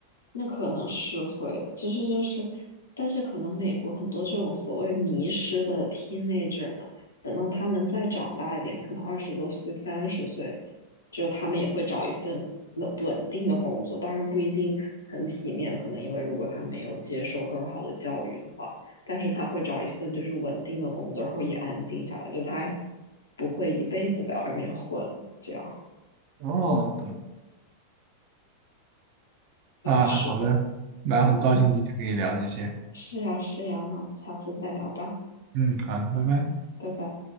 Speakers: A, on the left; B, on the right.
A: 那可能是会的，就是就是，但是可能美国很多这种所谓迷失的 teenager 呢，等到他们再长大一点，可能二十多岁、三十岁，就是他们也会找一份稳稳定的工作，当然不一定很体面，可能因为如果他没有接受更好的教育的话，但是他会找一份就是稳定的工作，然后也安定下来，就他也不会一辈子在外面混，这样，
B: 哦，懂了。
A: 对，
B: 啊，
A: 是的，
B: 好的，那很高兴今天跟你聊这些，
A: 嗯。是呀，是呀，那我们下次再聊吧，
B: 嗯，好，拜拜。
A: 拜拜。